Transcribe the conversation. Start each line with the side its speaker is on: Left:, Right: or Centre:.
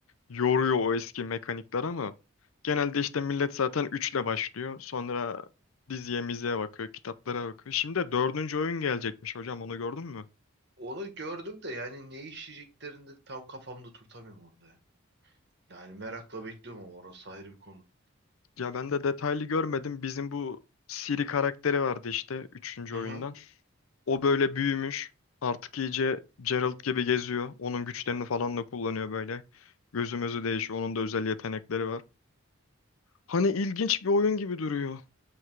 Left: yoruyor o eski mekanikler ama genelde işte millet zaten üçle başlıyor. Sonra diziye miziye bakıyor, kitaplara bakıyor. Şimdi de 4. oyun gelecekmiş hocam onu gördün mü?
Right: Onu gördüm de yani ne işleyeceklerini de tam kafamda turtamıyorum orada ya. Yani merakla bekliyorum ama orası ayrı bir konu.
Left: Ya ben de detaylı görmedim. Bizim bu Siri karakteri vardı işte üçüncü
Right: Hı
Left: oyundan.
Right: hı.
Left: O böyle büyümüş. Artık iyice Geralt gibi geziyor. Onun güçlerini falan da kullanıyor böyle. Gözümüzü değişiyor. Onun da özel yetenekleri var. Hani ilginç bir oyun gibi duruyor.